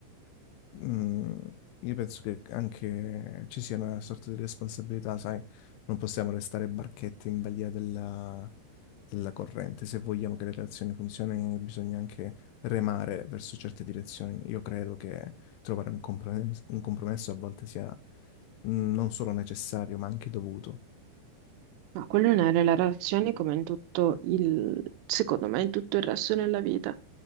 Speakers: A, on the left; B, on the right.
A: Mm, io penso che anche ci sia una sorta di responsabilità, sai, non possiamo restare barchette in balia della, della corrente. Se vogliamo che le relazioni funzionino, bisogna anche remare verso certe direzioni. Io credo che trovare un compromesso, un compromesso a volte sia mm, non solo necessario, ma anche dovuto.
B: No, quello non è nelle relazioni come in tutto il, secondo me, in tutto il resto della vita.